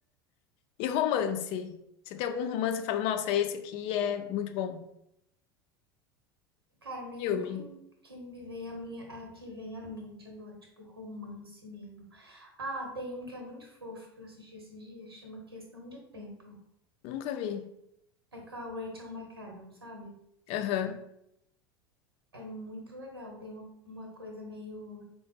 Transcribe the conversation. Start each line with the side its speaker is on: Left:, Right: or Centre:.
Left: E romance? Você tem algum romance que fala, nossa, esse aqui é muito bom.
Right: Cara, nenhum
Left: Filme?
Right: que, que me vem a minha, a, que vem à mente agora, tipo romance mesmo. Ah, tem um que é muito fofo que eu assisti esses dias, chama Questão de Tempo.
Left: Nunca vi.
Right: É com a Rachel McAdams, sabe?
Left: Aham.
Right: É muito legal, tem uma, uma coisa meio